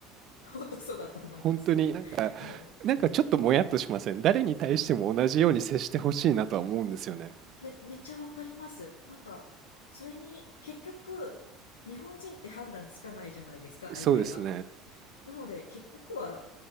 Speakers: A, on the left (about 80°); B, on the right (about 45°).
A: 本当そうだと思います
B: 本当になんか、
A: なので
B: なんかちょっともやっとしません？誰に対しても同じように接してほしいなとは思うんですよね。
A: めめっちゃわかりますなんかそれに結局日本人って判断つかないじゃないですか相手は
B: そうですね。
A: なので結局は